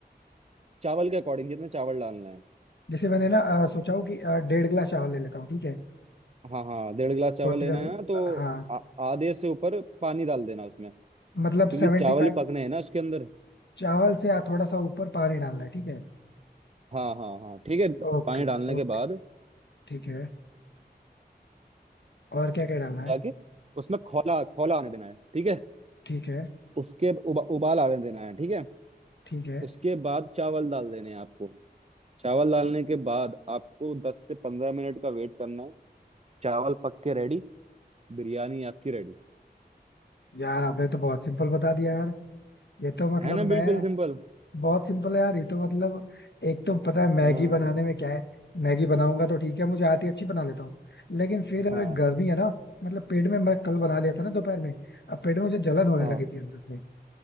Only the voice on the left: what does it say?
जैसे मैंने ना अ, सोचा हूँ कि अ, डेढ़ गिलास चावल ले लेता हूँ ठीक है
छोटी
वाली
हाँ
मतलब
सेवेंटी
फाइव
चावल से आ, थोड़ा सा ऊपर पानी डालना है ठीक है
ओके
ओके
ठीक है और क्या क्या डालना है
ठीक है
ठीक है
यार आपने तो बहुत सिंपल बता दिया यार ये तो मतलब
मैं
बहुत सिंपल है यार ये तो मतलब एक तो पता है मैगी
बनाने में क्या है मैगी बनाऊंगा तो ठीक है मुझे आती है, अच्छी बना लेता हूँ लेकिन फिर अगर
गर्मी है ना मतलब पेट में मैं कल बना लिया था ना दोपहर में अब पेट में मुझे जलन होने
लगी थी अंदर से